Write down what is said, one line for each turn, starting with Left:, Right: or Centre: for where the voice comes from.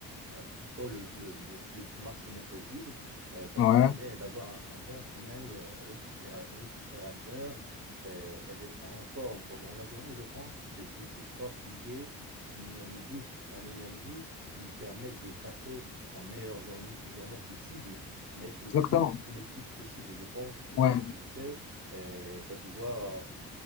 Right: à plutôt le, le, le plus, le maximum possible. Euh, ça
Left: Ouais,
Right: nous permet d'avoir un, un bon sommeil euh, récupéra- récupérateur euh, et d'être en en forme pendant la journée. Je pense que c'est ces trois piliers qui euh, nous boostent en énergie, qui nous permettent de passer la meilleure journée, journée possible, d'être le
Left: exactement.
Right: plus productif possible. Je pense que
Left: Ouais,
Right: ça, tu le sais, et ça se voit